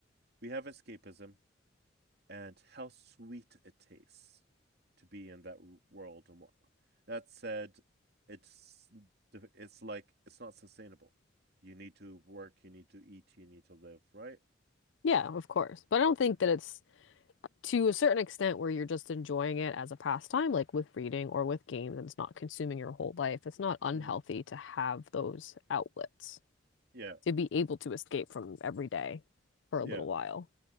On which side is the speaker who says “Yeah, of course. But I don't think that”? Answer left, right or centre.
Left